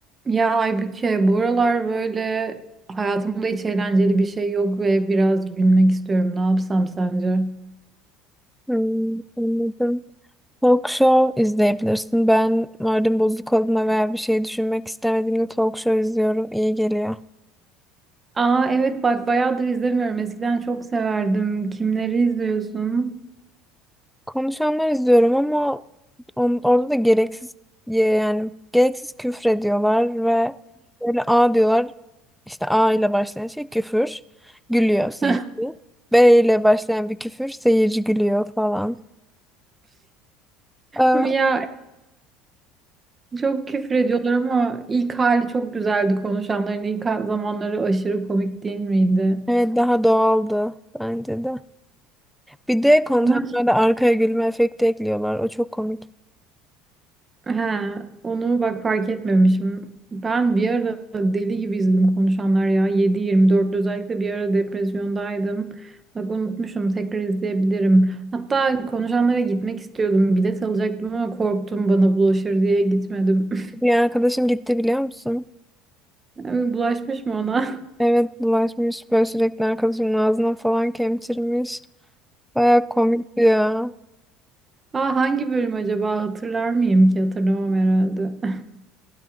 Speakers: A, on the right; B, in the centre.
A: Ya Aybüke, bu aralar böyle hayatımda hiç eğlenceli bir şey yok ve biraz gülmek istiyorum. Ne yapsam sence?
B: Hmm, anladım. Talk show izleyebilirsin. Ben moralim bozuk olduğunda veya bir şey düşünmek istemediğimde talk show izliyorum. İyi geliyor.
A: Aa evet bak bayağıdır izlemiyorum. Eskiden çok severdim. Kimleri izliyorsun?
B: Konuşanlar izliyorum ama on- orada da gereksiz ye- yani gereksiz küfür ediyorlar ve böyle A diyorlar. İşte A ile başlayan şey küfür. Gülüyor
A: <laughs>
B: seyirci. B ile başlayan bir küfür seyirci gülüyor falan. Ah,
A: Ya çok küfür ediyorlar ama ilk hali çok güzeldi konuşanların. ilk zamanları aşırı komik değil miydi?
B: Evet daha doğaldı bence de. Bir de kontenlarda
A: Ama
B: arkaya gülme efekti ekliyorlar. O çok komik.
A: He, onu bak fark etmemişim. Ben bir ara deli gibi izledim konuşanlar ya. yedi yirmi dört özellikle bir ara depresyondaydım. Bak unutmuşum tekrar izleyebilirim. Hatta konuşanlara gitmek istiyordum. Bilet alacaktım ama korktum bana bulaşır diye gitmedim. <laughs>
B: Bir arkadaşım gitti biliyor musun?
A: Yani Bulaşmış mı ona? <laughs>
B: Evet bulaşmış böyle sürekli arkadaşımın ağzına falan kemçirmiş. Baya komikti ya.
A: Aa, hangi bölüm acaba hatırlar mıyım ki hatırlamam herhalde. <laughs>